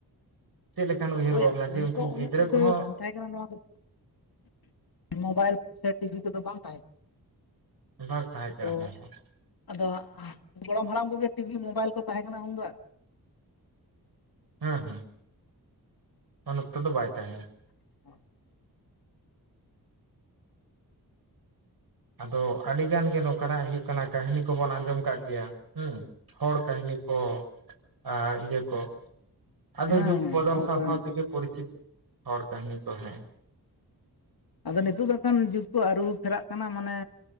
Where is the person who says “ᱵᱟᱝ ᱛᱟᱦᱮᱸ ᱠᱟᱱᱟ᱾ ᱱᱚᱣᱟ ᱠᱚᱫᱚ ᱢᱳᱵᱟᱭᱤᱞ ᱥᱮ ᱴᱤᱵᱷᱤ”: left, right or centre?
Left